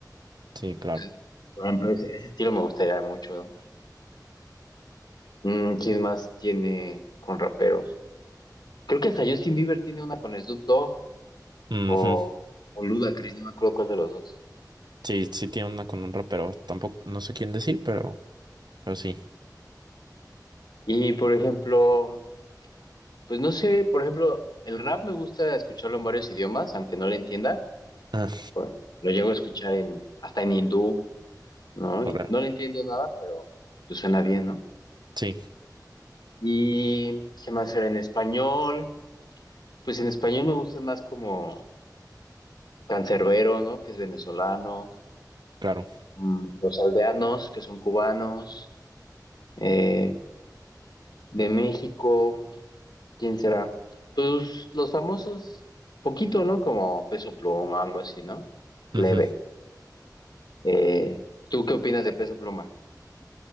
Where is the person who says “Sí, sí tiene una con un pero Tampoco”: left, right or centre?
Right